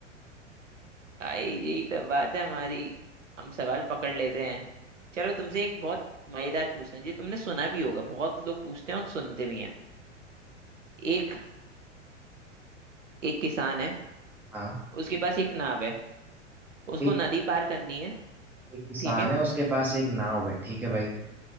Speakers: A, on the right; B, in the centre.
A: भाई यही तो बात है हमारी हम सवाल पकड़ लेते हैं चलो तुमसे एक बहुत मजेदार पूछते हैं जो तुमने सुना भी होगा बहुत लोग पूछते हैं और सुनते भी हैं एक एक किसान है
B: हाँ
A: उसके पास एक नाव है उसको
B: एक
A: नदी पार करनी है
B: एक किसान
A: ठीक है
B: है उसके पास एक नाव है ठीक है भाई